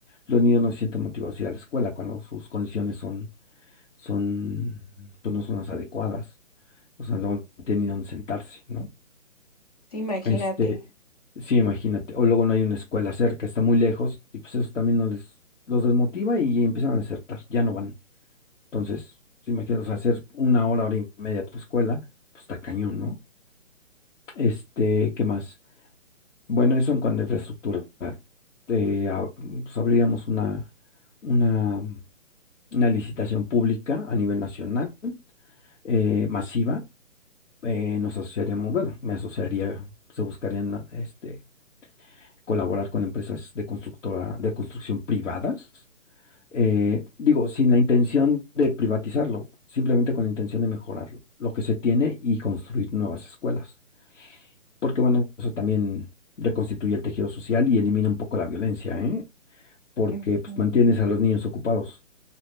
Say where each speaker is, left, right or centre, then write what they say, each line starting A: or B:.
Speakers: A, on the left (about 70°); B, on the left (about 30°).
A: los niños no se sienten motivados a ir a la escuela cuando sus condiciones son, son, pues no son las adecuadas. O sea, luego no tienen ni dónde sentarse, ¿no?
B: Sí, imagínate.
A: Este, sí, imagínate. O luego no hay una escuela cerca, está muy lejos, y pues eso también no les, los desmotiva y empiezan a desertar, ya no van. Entonces, si me quieres hacer una hora, hora y media a tu escuela, pues está cañón, ¿no? Este, ¿qué más? Bueno, eso en cuanto a infraestructura. Eh, a- pues abriríamos una, una, una licitación pública a nivel nacional, eh, masiva. eh, nos asociaríamos, bueno, me asociaría, se buscarían este colaborar con empresas de constructora, de construcción privadas. eh, digo, sin la intención de privatizarlo, simplemente con la intención de mejorar lo que se tiene y construir nuevas escuelas. Porque bueno, eso también reconstituye el tejido social y elimina un poco la violencia, ¿eh? Porque
B: Ujú.
A: pues mantienes a los niños ocupados